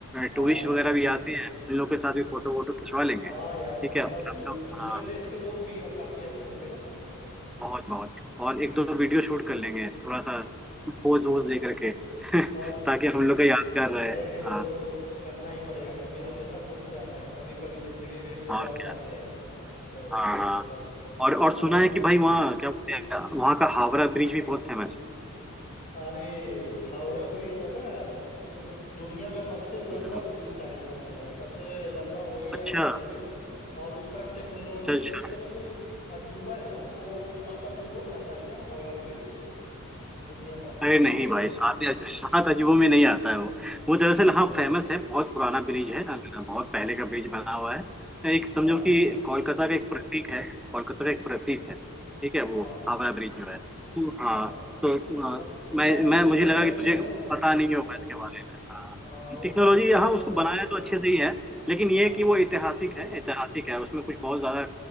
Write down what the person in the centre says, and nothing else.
टूरिस्ट वगैरह भी आते हैं उन लोग के साथ भी फोटो वोटो खिंचवा लेंगे
ठीक
है और हम
लोग
हाँ
बहुत बहुत और एक दो वीडियो शूट कर लेंगे थोड़ा सा पोज वोज दे करके <laughs>
ताकि हम लोग का यादगार
रहे हाँ
और
क्या
हाँ हाँ
और और
सुना है कि भाई वहाँ क्या बोलते हैं वहाँ का हावड़ा ब्रिज भी बहुत फेमस
है हम्म,
अच्छा
अच्छा
अरे
नहीं भाई सात या <laughs> सात अजूबों में नहीं आता है वो वो दरअसल
हाँ फेमस है बहुत पुराना ब्रिज है ना बहुत पहले का ब्रिज बना हुआ है एक
समझो कि कोलकाता का एक प्रतीक है कोलकाता का एक प्रतीक है ठीक है वो
हावड़ा ब्रिज जो है तो,
हाँ तो
अ,
मैं
मैं
मुझे लगा कि तुझे
पता नहीं होगा इसके बारे में हाँ
टेक्नोलॉजी
हाँ उसको बनाया तो अच्छे से ही है लेकिन ये
कि वो ऐतिहासिक है ऐतिहासिक है उसमें कुछ बहुत ज्यादा